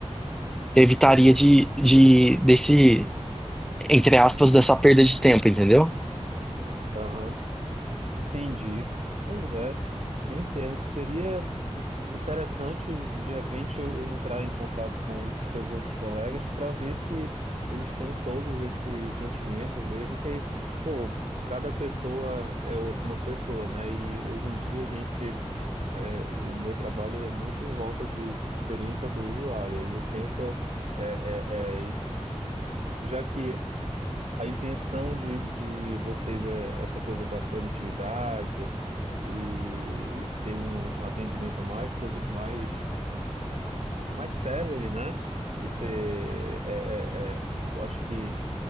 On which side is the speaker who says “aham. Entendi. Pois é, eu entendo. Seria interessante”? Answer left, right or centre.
Right